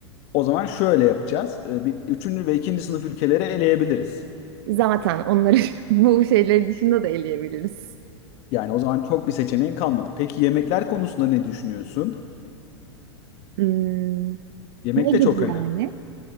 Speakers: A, on the left; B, on the right.
A: o zaman şöyle yapacağız. Ee, Bir, üçüncü ve ikinci sınıf ülkeleri eleyebiliriz.
B: Zaten onları <laughs> bu şeyleri dışında da eleyebiliriz.
A: Yani o zaman çok bir seçeneğin kalmadı. Peki yemekler konusunda ne düşünüyorsun?
B: Hmm,
A: Yemek
B: ne
A: de
B: gibi
A: çok önemli.
B: yani?